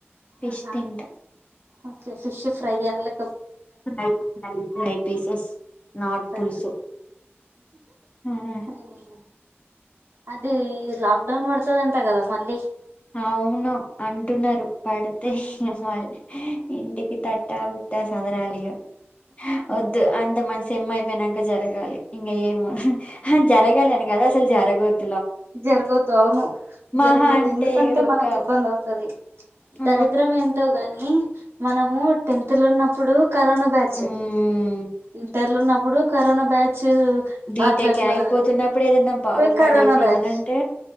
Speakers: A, on the left (about 30°); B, on the right (about 70°).
A: ఫిష్
B: ఆహా
A: తింటా
B: ఓకే ఫిష్ ఫ్రై ఆ లే
A: fry fry pieces not
B: fry
A: పులుసు
B: పీస్
A: మ్ హు
B: మ్మ్. అది లాక్ డౌన్ పడతది అంట కదా మళ్ళీ
A: అవును అంటున్నారు పడితే
B: మ్మ్.
A: మళ్ళ ఇంటికి తట్టాబుట్ట సదరలిగ వద్దు అంత మన సెమ్ అయిపోయినాక జరగాలి ఇంగ ఏమో జరగాలని కాదు అసలు జరగవద్
B: జరుగద్దు అవును
A: మహా
B: జరుగద్ంద
A: అంటే
B: కంటే
A: ఒక
B: మనకి ఇబ్బంది అవుతది
A: ఆ
B: దరిద్రం ఏంటో గాని మనము టెన్త్ లో ఉన్నప్పుడు కరోనా బ్యాచ్
A: ఉమ్
B: ఇంటర్లు ఉన్నప్పుడు ఇప్పుడు కరోనా బ్యాచ్
A: బీటెక్
B: అట్లా అట్లా
A: అయిపోతున్నప్పుడు ఏదన్నా బాగుపడేది
B: పోయి కరోనా బ్యాచ్
A: ఏమనంటే